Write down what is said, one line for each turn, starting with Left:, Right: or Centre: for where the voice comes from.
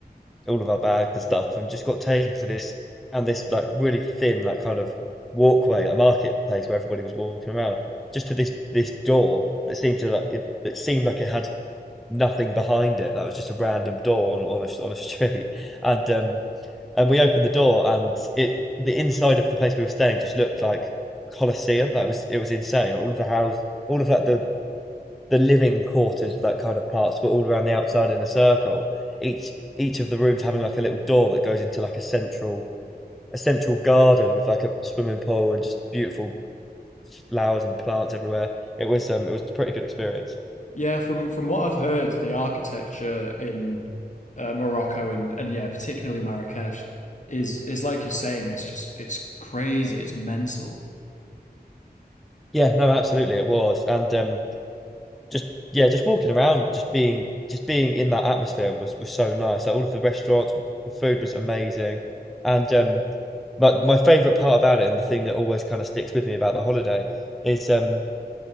Centre: all of our bags and stuff, and just got taken to this and this like really thin like kind of walkway, a marketplace where everybody was walking around, just to this this door that seemed to like it, it seemed like it had nothing behind it. That was just a random door on, on a on a <laughs> street, and um and we opened the door and it the inside of the place we were staying just looked like Colosseum. That was it was insane. All of the house, all of like the the living quarters, like kind of parts, but all around the outside in a circle. Each each of the rooms having like a little door that goes into like a central a central garden with like a swimming pool and just beautiful flowers and plants everywhere. It was um it was a pretty good experience.
Left: Yeah, from from what I've heard, the architecture in uh, Morocco and and yeah, particularly Marrakesh is is like you're saying. It's just it's crazy. It's mental.
Centre: Yeah, no, absolutely it was. And um just yeah, just walking around, just being just being in that atmosphere was was so nice. Like all of the restaurants, the food was amazing. And um my my favorite part about it and the thing that always kind of sticks with me about the holiday is um